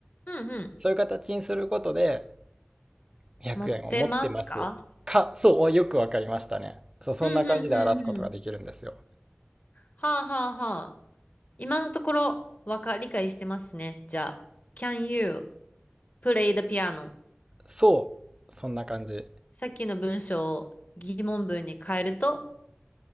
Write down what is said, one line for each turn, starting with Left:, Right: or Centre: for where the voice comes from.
Left: うん、うん。
Right: そういう形にすることで、100円を持ってますか、
Left: 持ってますか
Right: そう、およくわかりましたね。そう、そんな感じで表すことができるんですよ。
Left: うん、うん、うん、うん。はあ、はあ、はあ。今のところ、わか、理解してますね。じゃあ、Can you play the piano?
Right: そう、そんな感じ。
Left: さっきの文章を疑問文に変えると、